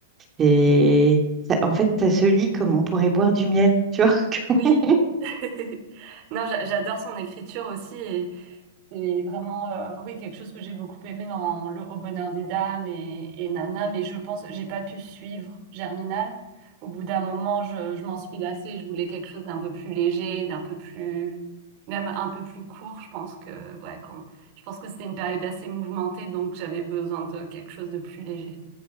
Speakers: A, on the right; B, on the right.
A: Et ça- en fait, ça se lit comme on pourrait boire du miel, tu vois.
B: Oui.
A: <laughs>
B: <laughs> Non, j'a- j'adore son écriture aussi et c'est vraiment euh, oui quelque chose que j'ai beaucoup aimé dans Le Au bonheur des dames et, et Nana, mais je pense j'ai pas pu suivre Germinal. Au bout d'un moment, je, je m'en suis lassée. Je voulais quelque chose d'un peu plus léger, d'un peu plus même un peu plus court. Je pense que ouais, quand, je pense que c'était une période assez mouvementée, donc j'avais besoin de quelque chose de plus léger.